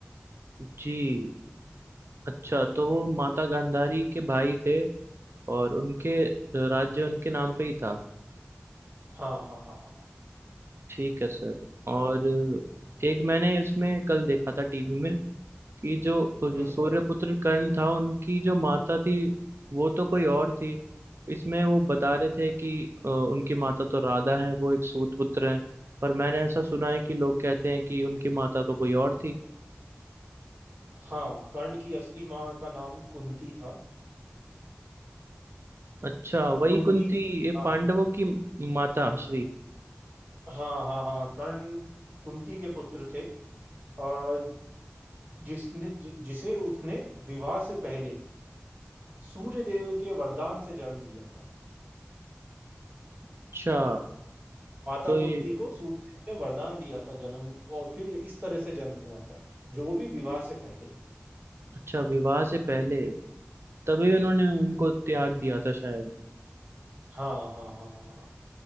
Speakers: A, on the right (about 60°); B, on the right (about 40°).
A: जी अच्छा तो वो माता गांधारी के भाई थे और उनके राज्य उनके नाम पे ही था
B: हाँ हाँ हाँ हाँ हाँ
A: ठीक है सर और एक मैंने इसमें कल देखा था टीवी में कि जो जो
B: हम्म
A: सूर्यपुत्र कर्ण था उनकी जो माता थी वो तो कोई और थी इसमें वो बता रहे थे कि अ, उनकी माता तो राधा है वो एक सूत पुत्र हैं पर मैंने ऐसा सुना है कि लोग कहते हैं कि उनकी माता तो कोई और थी
B: हाँ कर्ण की असली माँ का नाम कुंती था
A: अच्छा वही
B: कुंती
A: कुंती ये
B: हाँ
A: पांडवों की माता श्री
B: हाँ हाँ हाँ कर्ण कुंती के पुत्र थे अ, जिसने जि, जिसे उसने विवाह से पहले सूर्यदेव के वरदान से जन्म दिया था
A: अच्छा
B: माता
A: तो
B: कुंती
A: ये
B: को सूर्यदेव ने वरदान दिया था जन्म और फिर इस तरह से जन्म हुआ था जो भी विवाह से पहले
A: अच्छा विवाह से पहले तभी उन्होंने उनको त्याग दिया था शायद
B: हाँ हाँ हाँ हाँ